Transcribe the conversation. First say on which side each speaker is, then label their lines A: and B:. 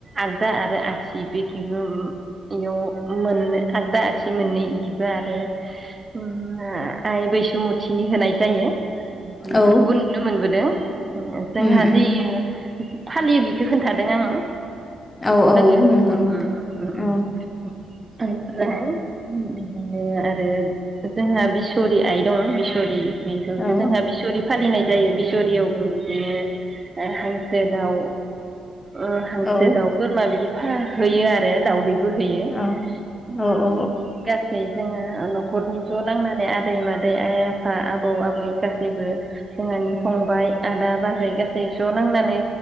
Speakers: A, on the right; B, on the left.
A: आगदा आरो आगसि बेखिखोगोम बेयाव मोन आगदा आगसि मोननै खिबो आरो उम आइ बैसोमुथिनि होनाय जायो। बेफोरखोबो
B: औ
A: नुनो मोनबोदों। ओ जोंहाजियो
B: उम उम
A: फालियो बेखो खोन्थादों आङो
B: औ औ
A: लोगो
B: नंगौ
A: उम
B: नोंथां
A: उम उम
B: औ
A: उम उम जोहाय बिदिनो आर रो जोंहा बिसरि आइ दङ बिसरि बेखौ
B: औ
A: दो जोंहा बिसरि फालिनाय जायो बिसहरियावबो बिदिनो हांसो दाउ ओ हांसो
B: औ
A: दाउ बोरमा बिदि हा होयो आरो दाउदै बोहोयो
B: औ
A: ओम
B: औ औ
A: गास <unintelligible> ओ न'खरनि ज' नांनानै आदै-मादै आइ-आफा आबौ-आबै गासैबो जोंहानि फंबाय आदा-बाजै गासै ज' नांनानै